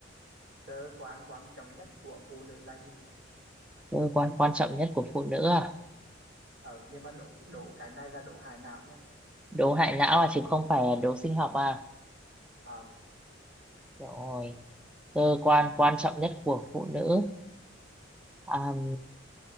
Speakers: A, on the right; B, in the centre.
A: cơ quan quan trọng nhất của phụ nữ là gì
B: Cơ quan quan trọng nhất của phụ nữ à?
A: ờ nhưng mà độ độ cái này là độ hài não nha
B: Đố hại não à, chứ không phải là đố sinh học à?
A: ờ
B: Rồi. cơ quan quan trọng nhất của phụ nữ Àm,